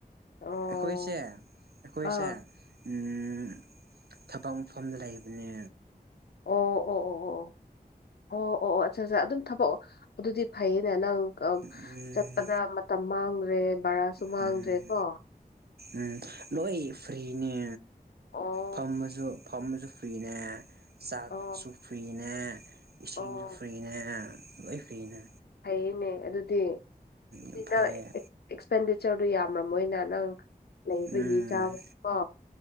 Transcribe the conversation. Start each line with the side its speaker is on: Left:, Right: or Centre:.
Left: ꯑꯣ
Right: ꯑꯩꯣꯏꯁꯦꯣꯏꯁꯦ
Left: ꯑꯥ
Right: ꯎꯝ ꯊꯕꯛ ꯃꯐꯝꯗ ꯂꯩꯕꯅꯦ
Left: ꯑꯣ ꯑꯣ ꯑꯣ ꯑꯣ ꯑꯣ ꯑꯠꯆꯥ ꯑꯠꯆꯥ ꯑꯗꯨꯝ ꯊꯕꯛ ꯑꯗꯨꯗꯤ ꯐꯩꯌꯦꯅꯦ ꯅꯪ ꯑ
Right: ꯎꯝ
Left: ꯆꯠꯄꯗ ꯃꯇꯝ ꯃꯥꯡꯗ꯭ꯔꯦ ꯚꯔꯥꯁꯨ ꯃꯥꯡꯗ꯭ꯔꯦ
Right: ꯎꯝ
Left: ꯀꯣ
Right: ꯎꯝ ꯂꯣꯏ ꯐ꯭ꯔꯤꯅꯦ
Left: ꯑꯣ
Right: ꯐꯝꯃꯁꯨ ꯐꯝꯁꯨ ꯐ꯭ꯔꯤꯅꯦ ꯆꯥꯛꯁꯨ
Left: ꯑꯣ
Right: ꯐꯔꯤꯅꯦ ꯏꯁꯤꯡꯁꯨꯨ
Left: ꯑꯣ
Right: ꯐ꯭ꯔꯤꯅ ꯂꯣꯏ ꯐꯨꯔꯤꯅ
Left: ꯐꯩꯌꯦꯅꯦ ꯑꯗꯨꯗꯤ ꯑꯗꯨꯅ
Right: ꯌꯥꯝ ꯐꯩꯌꯦ
Left: ꯑꯦꯛꯁꯄꯦꯟꯗꯤꯆꯔꯗꯨ ꯌꯥꯝꯕ ꯃꯣꯏꯅ ꯅꯪ ꯂꯩꯕꯒꯤ
Right: ꯎꯝ
Left: ꯆꯥꯕꯒꯤꯀꯣ